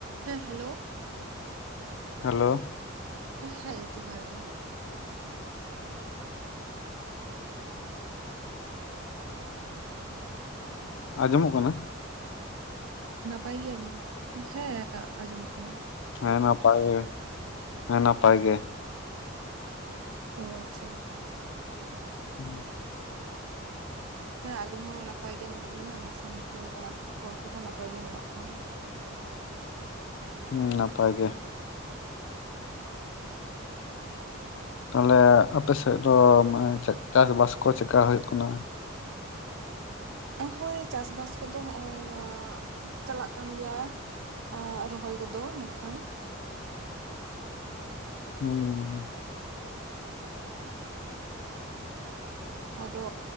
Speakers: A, on the right (about 80°); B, on the left (about 65°).
A: ᱦᱮᱸ hello.
B: Hello.
A: ᱦᱮᱸ ᱡᱚᱦᱟᱨ ᱜᱮ᱾
B: ᱟᱸᱡᱚᱢᱚᱜ ᱠᱟᱱᱟ?
A: ᱱᱟᱯᱟᱭ ᱜᱮᱭᱟᱵᱤᱱ ᱦᱮᱸ ᱟᱸᱡᱚᱢᱚᱜ ᱠᱟᱱᱟ᱾
B: ᱦᱮᱸ ᱱᱟᱯᱟᱭ ᱜᱮ ᱦᱮᱸ ᱱᱟᱯᱟᱭ ᱜᱮ᱾
A: ᱚ ᱟᱪᱪᱷᱟ᱾
B: ᱦᱮᱸ᱾
A: ᱦᱮᱸ ᱟᱞᱤᱧ ᱦᱚᱸ ᱱᱟᱯᱟᱭ ᱜᱮ ᱢᱮᱱᱟᱜ ᱞᱤᱧᱟ ᱚᱱᱟ ᱥᱟᱝᱛᱮ ᱚᱲᱟᱜ ᱦᱚᱲ ᱠᱚᱦᱚᱸ ᱱᱟᱯᱟᱭ ᱜᱮ ᱢᱮᱱᱟᱜ ᱠᱚᱣᱟ᱾
B: ᱦᱩᱸ ᱱᱟᱯᱟᱭ ᱜᱮ᱾ ᱛᱟᱦᱚᱞᱮ ᱟᱯᱮ ᱥᱮᱫ ᱫᱚ ᱢᱟᱱᱮ ᱪᱮᱫ ᱪᱟᱥᱵᱟᱥ ᱠᱚ ᱪᱮᱠᱟ ᱦᱩᱭᱩᱜ ᱠᱟᱱᱟ?
A: ᱦᱳᱭ ᱪᱟᱥᱵᱟᱥ ᱠᱚᱫᱚ ᱦᱚᱸᱜ-ᱚᱭ ᱪᱟᱞᱟᱜ ᱠᱟᱱ ᱜᱮᱭᱟ᱾ ᱟ ᱨᱚᱦᱚᱭ ᱠᱚᱫᱚ ᱱᱟᱜ ᱠᱷᱟᱱ᱾
B: ᱦᱩᱸ᱾
A: ᱟᱫᱚ